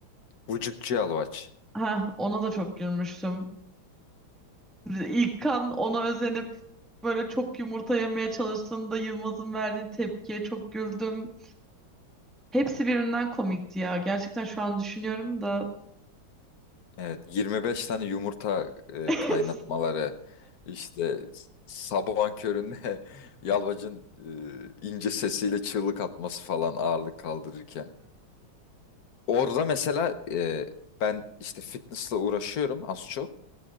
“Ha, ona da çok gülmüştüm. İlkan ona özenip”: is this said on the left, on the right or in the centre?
Centre